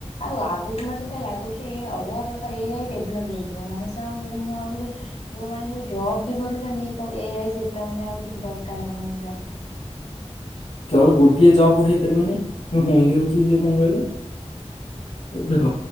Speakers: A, on the left; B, on the left.
A: ଆଉ ଆଗକୁ ମତେ କାଇଁ ଲାଗୁଚି ଅଲଗା ପ୍ରକାର ଏ ଆଇ ଡେଭଲପ ହେଇଯିବ ମଣିଷ ଆଉ ମୁଁ ବୋଧେ ମୁଁ ଭାବୁଛି ଯୋଉମାନେ ଜବ ବି କରୁଛନ୍ତିୁ ଏସବୁ ଏ ଆଇ ସିଷ୍ଟ ତାମାନେ ଆଉ କିଛି ଦରକାର ହବନି ଜବ କରିବା।
B: କେବଳ ଗୋଟିଏ ଜବ୍ ହେଇପାରିବନି ହୁଣ୍ଡୀ ହଉଛି ଯିଏ କଣ କହିଲ? ଦେଖ